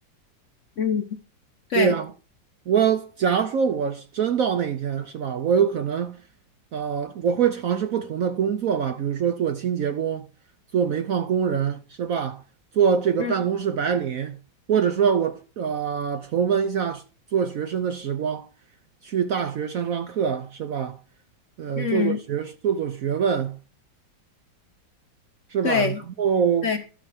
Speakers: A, on the left; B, on the right.
A: 嗯，对，
B: 对呀，我假如说我是真到那一天，是吧？我有可能，呃，我会尝试不同的工作吧，比如说做清洁工、做煤矿工人，是吧？做这个办公室白领，
A: 嗯
B: 或者说我呃重温一下做学生的时光，去大学上上课，是吧？呃，
A: 嗯，
B: 做做学做做学问，是吧？
A: 对
B: 然后。
A: 对，